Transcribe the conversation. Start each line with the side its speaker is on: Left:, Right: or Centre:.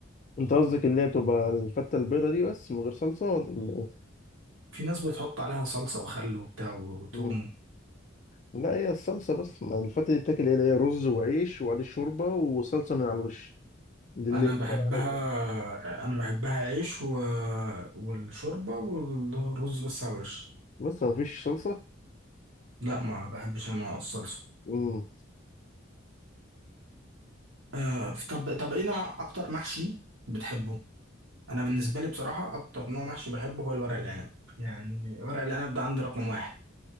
Left: انت قصدك اللي هي بتبقى الفتة البيضة دي بس من غير صلصة ولا ايه؟
Right: في ناس بتحط عليها صلصة وخل وبتاع وتوم
Left: مم. لا هي الصلصة بس ما الفتة دي بتاكل ايه اللي هي رز وعيش وعليه شوربة وصلصة من على الوش دي اللي
Right: أنا
Left: بتبقى
Right: بحبها
Left: عارفها،
Right: أنا بحبها عيش و... والشوربة والرز بس على الوش
Left: بس ما فيش صلصة
Right: لا ما بحبش أنا الصلصة
Left: مم.
Right: آه طب طب إيه نوع أكتر محشي بتحبه؟ انا بالنسبه لي بصراحه اكتر نوع محشي بحبه هو الورق العنب يعني ورق العنب ده عندي رقم واحد